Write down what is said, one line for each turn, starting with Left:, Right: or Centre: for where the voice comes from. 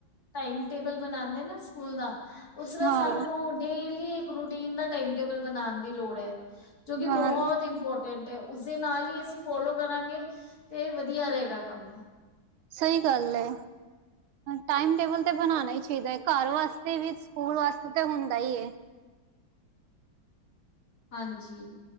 Left: ਟਾਈਮ ਟੇਬਲ ਬਣਾਏ ਨਾ ਸਕੂਲ ਦਾ ਉਸ ਤਰ੍ਹਾਂ
Right: ਹਾਂ
Left: ਸਾਨੂੰ ਰੂ ਡੇਲੀ ਇੱਕ ਰੂਟੀਨ ਦਾ ਟਾਈਮ ਟੇਬਲ ਬਨਣ ਦੀ ਲੋੜ ਐ। ਜੋ ਕਿ
Right: ਹਾਂ
Left: ਬਹੁਤ ਇੰਪੋਰਟੈਂਟ ਏ ਉਸ ਦੇ ਨਾਲ ਹੀ ਅਸੀਂ ਫੋਲੋ ਕਰਾਂਗੇ ਤੇ ਵਧੀਆ ਰਹੇਗਾ ਕੰਮ
Right: ਸਹੀ ਗੱਲ ਐ। ਟਾਈਮ ਟੇਬਲ ਤੇ ਬਨਾਨਾ ਹੀ ਚਾਹੀਦਾ ਐ, ਘਰ ਵਾਸਤੇ ਵੀ, ਸਕੂਲ ਵਾਸਤੇ ਤਾਂ ਹੁੰਦਾ ਹੀ ਐ।
Left: ਹਾਂਜੀ